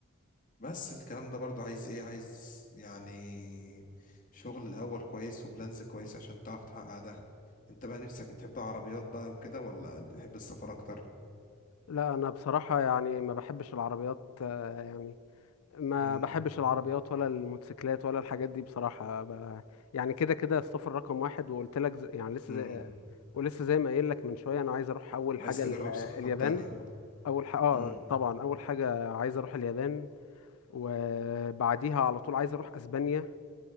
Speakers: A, on the left (about 35°); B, on the left (about 75°).
A: بس الكلام ده برضو عايز ايه عايز يعني شغل الاول كويس وبلانز كويس عشان تعرف تحقق ده انت بقى نفسك بتحب العربيات بقى وكده ولا بتحب السفر اكتر
B: لا انا بصراحة يعني ما بحبش العربيات آه، يعني ما
A: امم
B: بحبش العربيات ولا الموتوسيكلات ولا الحاجات دي بصراحة ب... يعني كده كده السفر رقم واحد وقلت لك ز... يعني لسه
A: امم
B: زي... ولسه زي ما قايل لك من شوية انا عايز اروح اول
A: عايز
B: حاجة ال-
A: تجرب ثقافات
B: اليابان
A: تانية
B: اول حاجة اه
A: امم
B: طبعا اول حاجة عايز اروح اليابان وبعديها على طول عايز اروح اسبانيا